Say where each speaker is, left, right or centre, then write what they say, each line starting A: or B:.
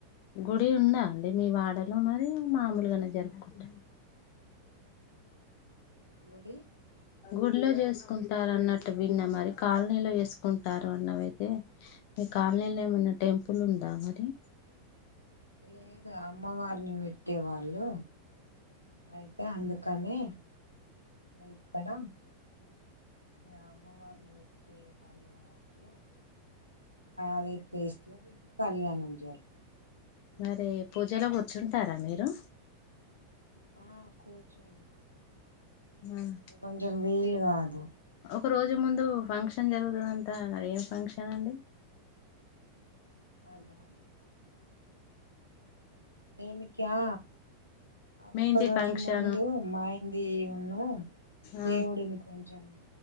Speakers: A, on the left; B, on the left.
A: గుడి ఉందా అండి మీ వాడలో మరి మామూల్గానే జర్పుకుంట
B: గుడి
A: గుల్లో జేస్కుంటార్ అన్నట్టు విన్న మరి కాల్నీలో చేస్కుంటారు అన్నవైతే మీ కాల్నీలో ఏమన్నా టెంపుల్ ఉందా మరి
B: లేదూ అమ్మవార్ని పెట్టే వాళ్ళు అయితే అందుకని ఇక్కడ ఇగ అమ్మవార్ని పెట్టే వాళ్ళు కావట్టిగా అదే ప్లేస్ల కళ్యాణం జరు
A: మరి పూజలో కూర్చుంటారా మీరు
B: ఆ కూర్చో
A: ఆ
B: కొంచం వీల్ గదు
A: ఒక రోజు ముందు ఫంక్షన్ జరుగుతదంతా మరేం ఫంక్షన్ అండి.
B: అదా దేనికి అ అ
A: మెహందీ
B: ఒక్క రోజు
A: ఫంక్షన్
B: ముందు మాయ్ ది ఉను
A: ఆ
B: దేవుడిని కొం చం